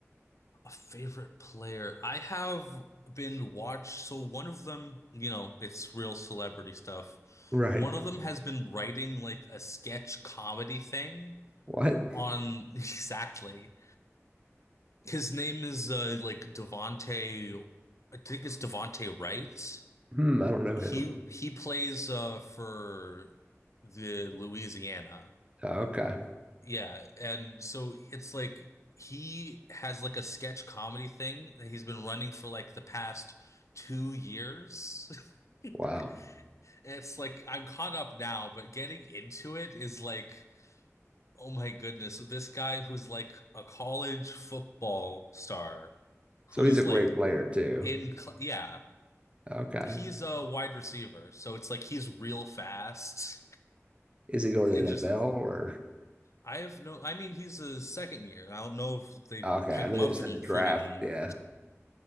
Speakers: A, on the left; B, on the right.
A: A favorite player. I have been watched. So one of them, you know, it's real celebrity stuff.
B: Right.
A: One of them has been writing like a sketch comedy thing
B: What?
A: on <laughs> exactly. His name is uh, like Devonte. I think it's Devonte Wright.
B: Hmm, I don't know
A: He
B: him.
A: he plays uh, for the Louisiana.
B: Oh, okay.
A: Yeah, and so it's like he has like a sketch comedy thing that he's been running for like the past two years. <laughs> And
B: Wow.
A: It's like I'm caught up now, but getting into it is like, oh my goodness, so this guy who's like a college football star, who's
B: So he's a great
A: like
B: player too.
A: in, cl yeah,
B: Okay.
A: he's a wide receiver, so it's like he's real fast
B: Is he going
A: and
B: to the
A: just
B: NFL or?
A: I have no, I mean, he's a second year. I don't know if they
B: Okay.
A: pick
B: I know
A: him
B: they
A: up
B: just
A: from
B: had the
A: friggin'
B: draft. Yeah.